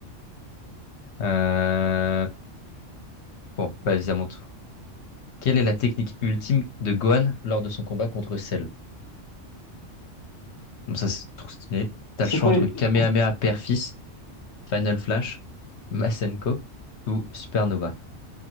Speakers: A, on the left; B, on the left.
A: Euh... Bon, vas-y, à mon tour. Quelle est la technique ultime de Gohan lors de son combat contre Cell? Bon, ça, c'est trop stylé. T'as
B: C'est
A: le choix
B: quoi?
A: entre
B: les-
A: Kamehameha Père-Fils, Final Flash, Masenko ou Supernova.